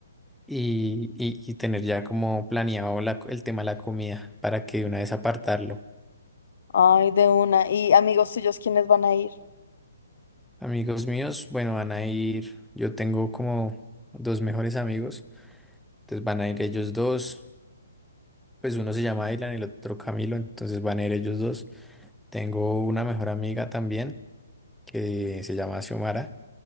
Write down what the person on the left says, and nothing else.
Ay, de una. ¿Y amigos tuyos quiénes van a ir?